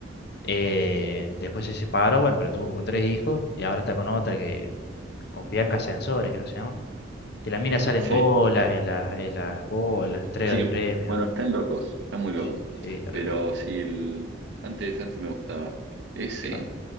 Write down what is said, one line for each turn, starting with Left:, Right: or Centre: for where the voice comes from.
Left: eh, después se separó, bueno, pero tuvo como tres hijos y ahora está con otra que, con Bianca Sensori, creo que se llama. Que la mina sale
Right: sí,
Left: en bolas, en las, en las, bo- en las entregas
Right: sí,
Left: de premios.
Right: bueno, están locos, están muy locos.
Left: Sí, sí, está
Right: Pero
Left: re loco.
Right: sí, el, antes, antes me gustaba. Ese.
Left: claro.